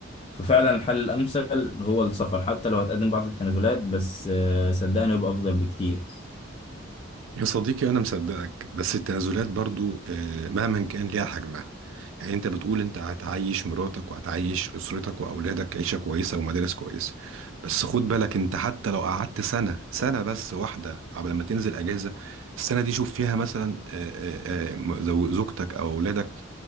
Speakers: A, on the left; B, on the right.
A: ففعلا الحل الامثل هو السفر حتى لو هتقدم بعض التنازلات بس آه، صدقني يبقى افضل بكتير
B: يا صديقي أنا مصدقك بس التنازلات برضو آه، مهما كان ليها حجمها يعني أنت بتقول أنت هتعيش مراتك وهتعيش أسرتك وأولادك عيشة كويسة ومدارس كويسة بس خد بالك أنت حتى لو قعدت سنة سنة بس واحدة قبل ما تنزل أجازة السنة دي شوف فيها مثلا آه، آه، آه، زو- زوجتك أو أولادك